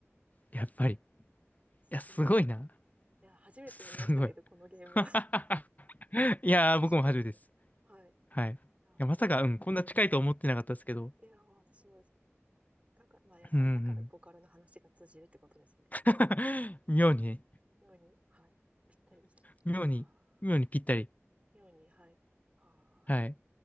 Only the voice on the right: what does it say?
すごい。
いや、初めてやりましたけど、
このゲームは。
<laughs>
面白いですね。
はい。い
や、
なんか、
うん。いや、私もです。だから、まあ、やっぱり、
だから、ボカロの話が通じるってことですね。
ように、はい。ぴったりでした。
ああ。
ように、はい。はあ。